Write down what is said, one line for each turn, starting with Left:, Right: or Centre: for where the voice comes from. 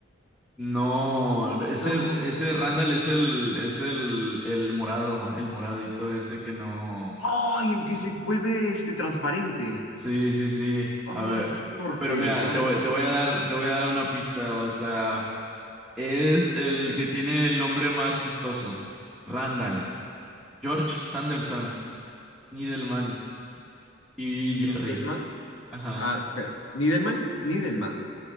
Centre: No, ese,
Left: No.
Centre: ese Randall es el, es el, el morado, el moradito ese que no.
Left: Ay, el que se vuelve este transparente.
Centre: Sí, sí, sí.
Left: Ay,
Centre: A ver,
Left: qué torpe.
Centre: pero mira,
Left: Ay,
Centre: te voy,
Left: no puse-
Centre: te voy a dar, te voy a dar una pista, o sea, es el que tiene el nombre más chistoso. Randall, George Sanderson, Nidelman y
Left: Nidelman.
Centre: Jerry. Ajá.
Left: Ah, espera. ¿Nidelman? Nidelman.